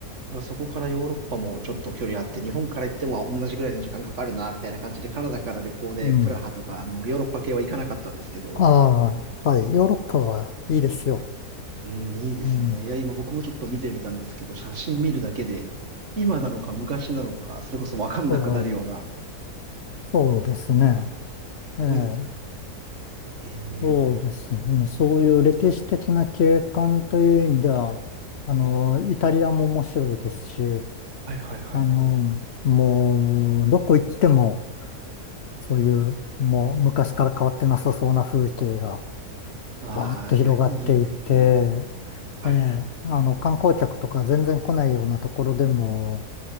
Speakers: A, on the right; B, on the left.
A: ただそこからヨーロッパもちょっと距離あって、日本から行っても同じぐらいの時間かかるな、みたいな感じでカナダから旅行でプラハとか、
B: うん。
A: あの、ヨーロッパ系は行かなかったんですけど、
B: ああ、はい。ヨーロッパはいいですよ。
A: うん、いいですね。
B: うん。
A: いや、今僕もちょっと見てみたんですけど、写真見るだけで、今なのか昔なのか、それこそわかんなくなるような、
B: そう、
A: す
B: そうですね。
A: ごいです。
B: ええ
A: えー、
B: そうですね。そういう歴史的な景観という意味では、あの、イタリアも面白いですし、
A: はいはいはい。
B: あの、もう、どこ行っても、そういう、もう昔から変わってなさそうな風景が、
A: ああ、
B: ぼーっと広がっていて、
A: いや、いいですね。はい、
B: ええ、あの、観光客とか全然来ないようなところでも、